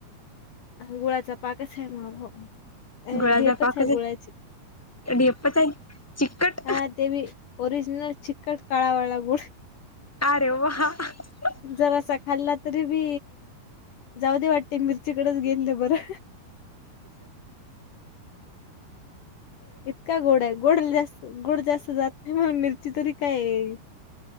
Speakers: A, on the left; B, in the centre.
A: गुंळाचां पांकचं आहे मंग अ
B: गुळाचा
A: ढेपचं
B: पाकच
A: आहे गुंळाची.
B: ढेपच आहे चिकट
A: हां ते बी ओरिजिनल चिकंट कांळा वांळा गुंळ
B: अरे वां वां
A: जरांसा खांल्ला तरी बी जाऊं देे वाटते. मिर्ची कडेचं गेललं बरं. इतकां गोंड आहे गोंड जास्तं गोंड जास्तं जातं नाहीं मं मिर्ची तरी खांईल.